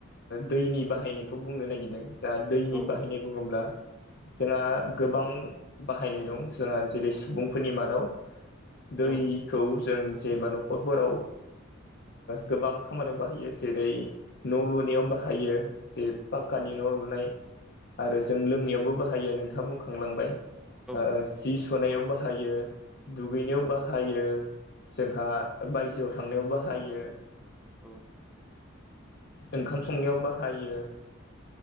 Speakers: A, on the left (about 50°); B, in the centre.
A: दैनि बाहायनायखौ बुंनो नागिरदों जा दैनि
B: औ
A: बाहायनाय
B: औ
A: बुङोब्ला जोंहा गोबां बाहायनाय दं जोंहा जेरै सुबुंफोरनि मादाव दैखौ
B: औ
A: जों जेबा न'खरफोराव गोबां खामानियाव बाहायो जेरै न' लुनायाव बाहायो। जे पाक्कानि
B: औ
A: न' लुनाय आरो जों लोंनायावबो बाहायो नोंथाङा बुंखांलांबाय
B: औ
A: जि सुनायाव बाहायो दुगैनायाव
B: औ
A: बाहा यो जोंहा बायजोआव थांनायाव बाहायो।
B: औ
A: ओंखाम संनायाव बाहायो।